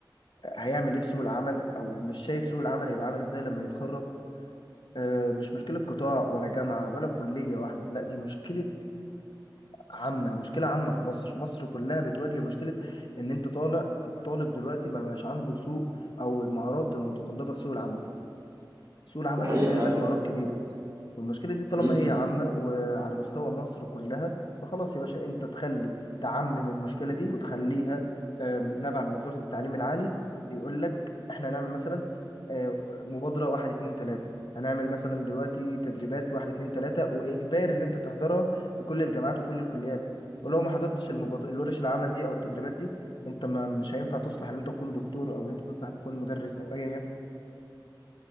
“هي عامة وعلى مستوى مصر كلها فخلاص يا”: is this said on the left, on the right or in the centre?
Left